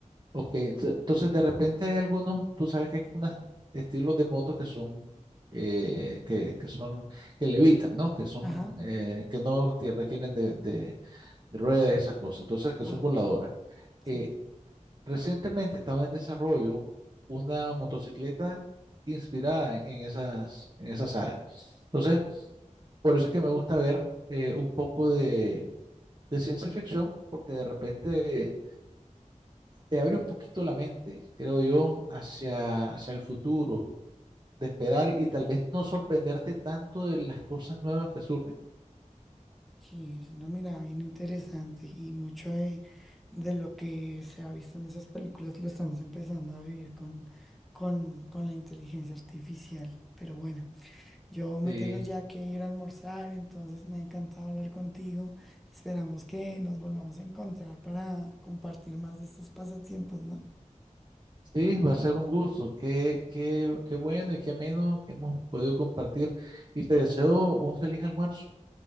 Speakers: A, on the right; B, in the centre.
A: Ok, ento- entonces de repente hay algunos, tú sabes que hay unos estilos de motos que son, eh, que, que son, que levitan, ¿no? Que son,
B: Ajá,
A: eh, que no te requieren de, de- de ruedas y esas cosas, entonces que
B: ajá,
A: son voladoras.
B: sí.
A: Eh, recientemente estaba en desarrollo una motocicleta inspirada en, en esas, en esa saga. Entonces, por eso es que me gusta ver eh, un poco de, de ciencia ficción, porque de repente te abre un poquito la mente, creo yo, hacia, hacia el futuro, de esperar
B: Ok.
A: y tal vez no sorprenderte tanto de las cosas nuevas que surgen.
B: Sí, es una mirada bien interesante y mucho de, de lo que se ha visto en esas películas lo estamos empezando a vivir con, con, con la inteligencia artificial. Pero bueno. Yo me
A: Sí,
B: tengo ya que ir a almorzar, entonces me ha encantado hablar contigo. Esperamos que nos volvamos a encontrar para compartir más de estos pasatiempos, ¿no?
A: sí, va a ser un gusto. Qué, qué, qué bueno y qué ameno que hemos podido compartir. Y te deseo un feliz almuerzo.